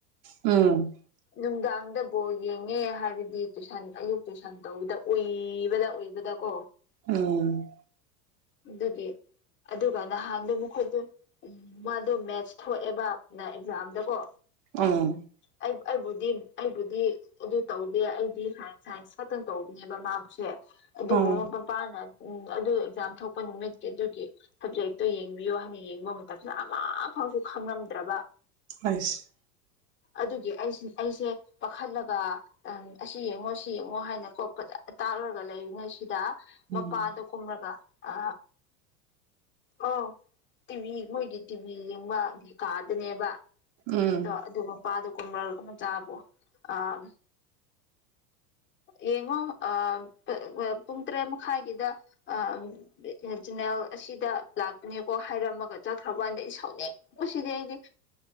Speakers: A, on the right; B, on the left.
A: ꯎꯝ
B: ꯅꯨꯡꯗꯥꯡꯗ ꯕꯣꯜ ꯌꯦꯡꯉꯦ ꯍꯥꯏꯕꯒꯤ ꯇꯨꯏꯁꯟ ꯑꯌꯨꯛ ꯇꯨꯏꯁꯟ ꯇꯧꯕꯗ ꯎꯏꯕꯗ ꯎꯏꯕꯗ ꯀꯣ
A: ꯎꯝ
B: ꯑꯗꯨꯒꯤ ꯑꯗꯨꯒ ꯅꯍꯥꯟꯗꯣ ꯃꯈꯣꯏꯗꯣ ꯎꯝ ꯃꯥꯗꯣ ꯃꯦꯠꯁ ꯊꯣꯛꯑꯦꯕ ꯑꯦꯛꯖꯥꯝꯗꯀꯣ
A: ꯎꯝ
B: ꯑꯩ ꯑꯩꯕꯨꯗꯤ ꯑꯩꯕꯨꯗꯤ ꯑꯗꯨ ꯇꯧꯗꯦ ꯑꯩꯗꯤ ꯁꯥꯏꯟꯁ ꯁꯥꯏꯟꯁ ꯈꯛꯇꯪ ꯇꯧꯕꯅꯦꯕ ꯃꯥꯁꯦ ꯑꯗꯨꯕꯝ
A: ꯎꯝ
B: ꯄꯥꯅ ꯎꯝ ꯑꯗꯨ ꯑꯦꯛꯖꯥꯝ ꯊꯣꯛꯄ ꯅꯨꯃꯤꯠꯀꯤ ꯑꯗꯨꯒꯤ ꯁꯕꯖꯦꯛꯇꯣ ꯌꯦꯡꯕꯤꯌꯣ ꯍꯥꯏꯅ ꯌꯦꯡꯕ ꯃꯇꯝꯗꯥ ꯑꯃ ꯐꯥꯎꯁꯨ ꯈꯪꯉꯝꯗ꯭ꯔꯕ꯫
A: ꯑꯁ
B: ꯑꯗꯨꯒꯤ ꯑꯩꯁꯤ ꯑꯩꯁꯦ ꯄꯥꯈꯠꯂꯒ ꯑ ꯑꯁꯤ ꯌꯦꯡꯉꯣ ꯁꯤ ꯌꯦꯡꯉꯣ ꯍꯥꯏꯅ ꯀꯣ ꯐꯖ ꯇꯥꯛꯔꯒ ꯂꯩꯔꯤꯉꯩ ꯁꯤꯗ
A: ꯎꯝ
B: ꯃꯄꯥꯗꯣ ꯀꯨꯝꯔꯒ ꯑ ꯑꯣ ꯇꯤꯚꯤ ꯃꯣꯏꯒꯤ ꯇꯤꯚꯤ ꯌꯦꯡꯕꯒꯤ ꯀꯥꯗꯨꯅꯦꯕ ꯇꯧꯕꯗꯣ
A: ꯎꯝ
B: ꯑꯗꯨ ꯃꯄꯥꯗꯣ ꯀꯨꯝꯕ ꯃꯆꯥꯕꯨ ꯑꯥ ꯌꯦꯡꯉꯣ ꯑꯥ ꯄꯨꯡ ꯇꯔꯦꯠ ꯃꯈꯥꯏꯒꯤꯗ ꯑꯥ ꯆꯦꯅꯦꯜ ꯑꯁꯤꯗ ꯂꯥꯛꯄꯅꯦꯀꯣ ꯍꯥꯏꯔꯝꯃꯒ ꯆꯠꯈ꯭ꯔꯕꯥꯟꯗ ꯑꯩꯁꯧꯅꯤꯡ ꯕꯁꯤꯗꯤ ꯑꯩꯗꯤ